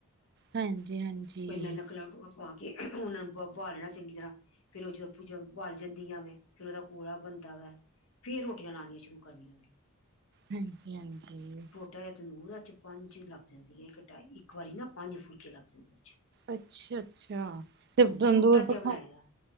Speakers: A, on the right; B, on the left.
A: ਹਾਂਜੀ ਹਾਂਜੀ
B: ਤੇ ਮੈਂ ਲਕੜਾ ਲੂਕੜਾ ਪਾ ਕੇ, ਉਹਨਾਂ ਨੂੰ ਬਾ ਲੈਣਾ ਚੰਗੀ ਤਰ੍ਹਾਂ। ਫੇਰ ਉਹ ਜਦੋਂ ਭ ਬਾਲ ਜਾਂਦੀਆਂ ਨੇ ਫੇਰ ਉਹਦਾ ਕੂੜ ਬਣਦਾ ਵੈ, ਫੇਰ ਰੋਟੀਆਂ ਲਉਣੀਆਂ ਸ਼ੁਰੂ ਹਂਜੀ।
A: ਹਂਜੀ, ਹਂਜੀ।
B: ਟਾ ਤੰਦੂਰ ਚ ਪੰਜ ਛੇ ਲੱਗ ਜੈਂਦੀ ਹੈ। ਇੱਕਟ ਇੱਕ ਵਾਰੀ ਨਾ ਪੰਜ ਫੁਲਕੇ ਲੱਗ ਜੈ਼ਦੇ ਚ।
A: ਅੱਛਾ, ਅੱਛਾ ਤੇ ਤੰਦੂਰ
B: ਛੋਟਾ ਜਿਹਾ
A: ਭਖ
B: ਬਣਾਇਆ ਦਾ।